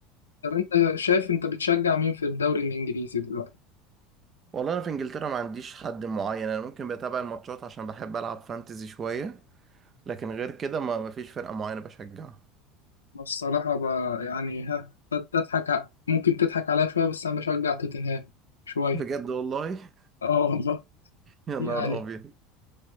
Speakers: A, on the left; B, on the right.
A: طب أنت شايف أنت بتشجع مين في الدوري الإنجليزي دلوقتي؟
B: والله انا في انجلترا ما عنديش حد معين انا ممكن بتابع الماتشات عشان بحب العب فانتزي شويه لكن غير كده ما ما فيش فرقه معينه بشجعها
A: والصراحة ب- يعني ها بت- تضحك ع- ممكن تضحك عليا شوية بس أنا بشجع توتنهام شوية
B: بجد والله <laughs>
A: آه والله
B: يا نهار
A: يعني
B: ابيض